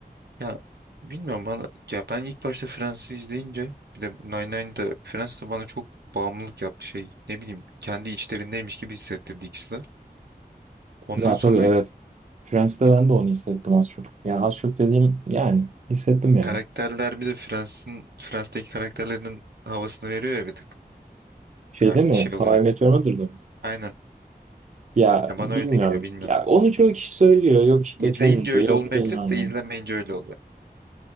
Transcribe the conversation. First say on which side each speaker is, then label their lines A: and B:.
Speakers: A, on the right; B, on the right.
A: Ya bilmiyorum bana ya ben ilk başta Friends'i izleyince bir de Nine-Nine'da Friends de bana çok bağımlılık yaptı şey. Ne bileyim kendi içlerindeymiş gibi hissettirdi ikisi de. Ondan
B: Ya
A: sonra
B: tabii evet. Friends'te
A: bir-
B: ben de onu hissettim az çok. Yani az çok dediğim yani hissettim ya.
A: karakterler bir de Friends'in Friends'teki karakterlerin havasını veriyor ya bir tık.
B: Şeyde
A: Yani
B: mi?
A: şey olarak.
B: How I Met Your Mother'da mı?
A: Aynen.
B: Ya
A: Ya bana
B: bilmiyorum.
A: öyle geliyor bilmiyorum.
B: Ya onu çoğu kişi söylüyor. Yok işte
A: İzleyince
B: çalıntı,
A: öyle
B: yok
A: olmayabilir
B: bilmem
A: de izlemeyince
B: ne.
A: öyle oluyor.